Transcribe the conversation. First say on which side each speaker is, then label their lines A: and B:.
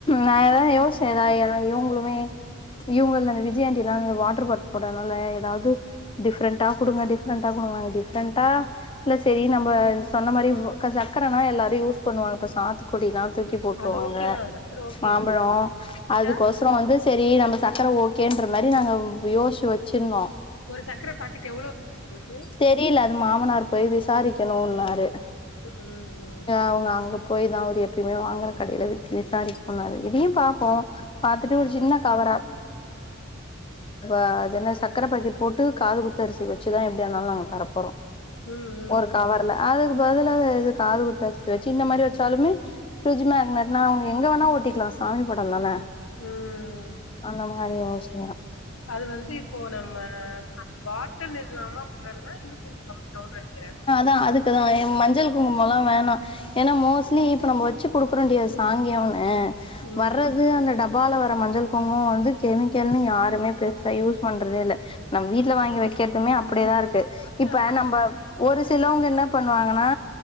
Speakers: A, on the left; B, on the left.
A: நான் அதான் யோசிச்சேன் நா ஏதா இவங்களுமே இவங்கல அந்த விஜயாண்டி எல்லாம் அந்த அந்த வாட்டர் பாட்டல் போட்டதுனால அதாவது டிஃப்ரெண்டா குடுங்க டிஃப்ரெண்ட்டா குடுங்கான்னாங்க டிஃப்ரெண்ட்டா இல்ல சரி நம்ம சொன்ன மாரி சக்கரனா எல்லாரும் யூஸ் பண்ணுவாங்க இப்ப சாத்து குடில்லா தூக்கி போட்டுருவாங்க
B: அது ஓகே தா சக்கர ஓகே
A: மாம்பழம்
B: இல்ல
A: அதுக்கோசம் அப்ரோ வந்து சரி நம்ம சக்கர ஓகேன்ற மாரி நாங்க யோசிச்சு வச்சிருந்தோ
B: ஒரு சர்க்கர பாக்கெட் எவ்ளோ உங்களுக்கு
A: தெரியல அது மாமனார் போய் விசாரிக்கணும்ன்னாரு
B: ம்
A: அவுங்க அங்க போய் தா அவர் எப்பயுமே வாங்குற கடையில வி விசாரிக்க சொன்ணாரு இதையும் பாப்போம் பாத்துட்டு ஒரு சின்ன கவரா அப்ப அது என்ன சக்கர பாக்கெட் போட்டு காது குத்து அரிசி வச்சுதா எப்படியாருந்தாலும் நாங்க தரப்போறோம்
B: ம் ம்
A: ஒரு கவர்ல
B: ம்
A: அதுக்கு பதிலாக இது காது குத்தரிசி வச்சு இந்த மாரி வச்சாலுமே ஃப்ரி்ட்ஜ் மேக்னட்னா அவுங்க எங்க வேணா ஒட்டிக்கலா சாமி படம்தானே
B: ம் ம்
A: அந்த மாரி அவசியம்
B: அது வந்து இப்போ நம்ம பாட்டல் இல்லாம வர்றதுனா இன்னும் கொஞ்சோ கம்மி ஆகுனு நெனைக்கிறேன்
A: நா அதுக்குதான் என் மஞ்சள் குங்குமல்லா வேணாம் ஏன்னா மோஸ்ட்லி இப்ப நம்ம வச்சு குடுக்குரோன்டி அது சாங்கியம் அ
B: ம்
A: வர்றது அந்த டப்பால வர மஞ்சள் குங்குமம் வந்து கெமிக்கல்னு யாரு மே பெருசா யூஸ் பண்றதே இல்ல நம்ம வீட்ல வாங்கி வைக்க வைக்கதுமே அப்படியேதா இருக்கு
B: இதுக்கு
A: இப்ப நம்ம ஒரு சிலவங்க என்ன பண்ணுவாங்கன்னா